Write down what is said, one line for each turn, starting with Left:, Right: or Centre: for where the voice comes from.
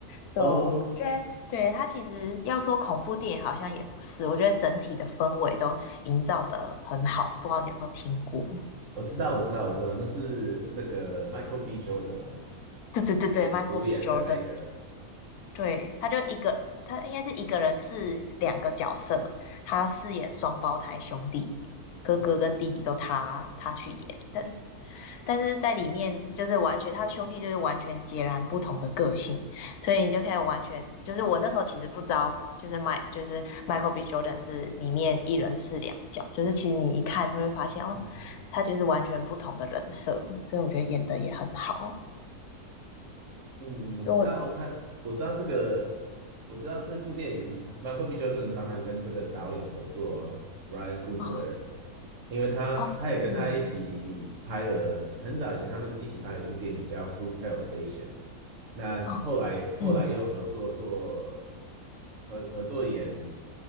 Left: 就我们觉得，
Right: 哦，
Left: 对，它其实要说恐怖电影好像也不是，我觉得整体的氛围都营造的很好。不知道你有没有听过？
Right: 我知道，我知道，我知道，那是那个 Michael B. Jordan 吗？
Left: 对对对对，Michael
Right: 演主演的那个。
Left: B. Jordan。对，他就一个，他应该是一个人是两个角色，他饰演双胞胎兄弟，哥哥跟弟弟都他他去演的，
Right: 哦，
Left: 但是在里面就是完全他兄弟就是完全截然不同的个性，所以你就可以完全就是我那时候其实不知道，就是迈就是 Michael B. Jordan 是里面一人饰两角，就是其实你一看就会发现哦，
Right: 嗯
Left: 他就是完全不同的人设，所以我觉得演的也很好，
Right: 嗯，我知道他，
Left: 如果
Right: 我知道这个，我知道这部电影，Michael B. j o r n 常常跟这个导演合作，Ryan Coogler，
Left: 哦
Right: 因为他他也跟他一起拍了，
Left: 哦是哦。
Right: 很早以前他们一起拍了一部电影叫《Fruitvale Station》，那后来后来又合作做
Left: 哦嗯，
Right: 合合作演